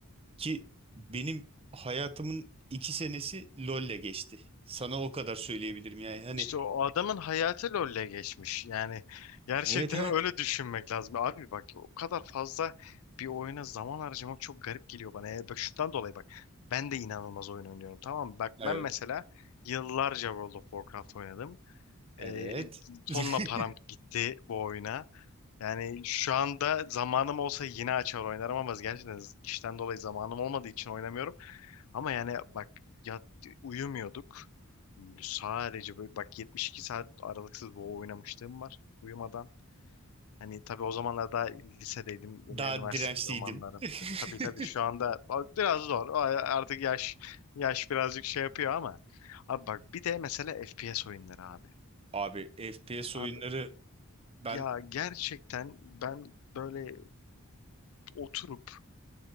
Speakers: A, on the right (about 25°); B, on the left (about 65°).
A: ki benim hayatımın iki senesi LoL'le geçti. Sana o kadar söyleyebilirim yani. Hani
B: İşte o adamın hayatı LoL'le geçmiş. Yani gerçekten
A: Evet evet.
B: <laughs> öyle düşünmek lazım. Abi bak o kadar fazla bir oyuna zaman harcamak çok garip geliyor bana. Yani bak şundan dolayı bak. Ben de inanılmaz oyun oynuyorum tamam mı? Bak
A: Evet.
B: ben mesela yıllarca World of Warcraft oynadım.
A: Evet.
B: Ee,
A: <laughs>
B: tonla param gitti bu oyuna. Yani şu anda zamanım olsa yine açar oynarım ama gerçekten işten dolayı zamanım olmadığı için oynamıyorum. Ama yani bak yat, uyumuyorduk. Sadece böyle bak 72 saat aralıksız WoW oynamışlığım var uyumadan. Hani tabii o zamanlar daha lisedeydim
A: Daha
B: ve üniversite
A: dirençliydim.
B: romanlarım.
A: <laughs>
B: Tabii tabii şu anda biraz zor. O Artık yaş yaş birazcık şey yapıyor ama. Abi bak bir de mesela FPS oyunları abi.
A: Abi FPS
B: Abi
A: oyunları ben
B: ya gerçekten ben böyle oturup